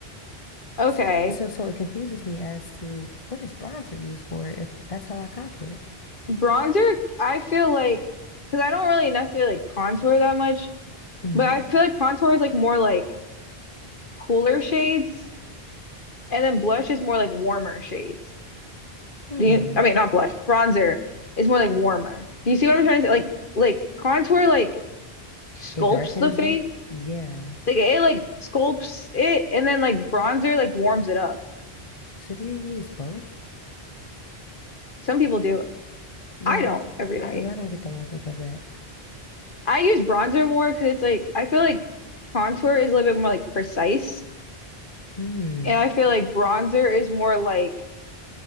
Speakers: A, on the left (about 55°); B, on the left (about 35°).
A: Okay.
B: So so, so it confuses me as to what is bronzer used for if that's how I contour.
A: Bronzer, I feel like because I don't really necessarily like contour that much,
B: hmm
A: but I feel like contour is like more like cooler shades and then blush is more like warmer shades.
B: Hmm.
A: Do you, I mean, not blush, bronzer is more like warmer. Do you see what I'm trying to say? Like, like contour like sculpts
B: It darkens
A: the face.
B: it. Yeah.
A: Like it like sculpts it and then like bronzer like warms it up.
B: So do you use both?
A: Some people do.
B: Yeah.
A: I don't every
B: I,
A: day.
B: yeah, I don't get the logic of that.
A: I use bronzer more because it's like I feel like contour is a little bit more like precise
B: Mm.
A: and I feel like bronzer is more like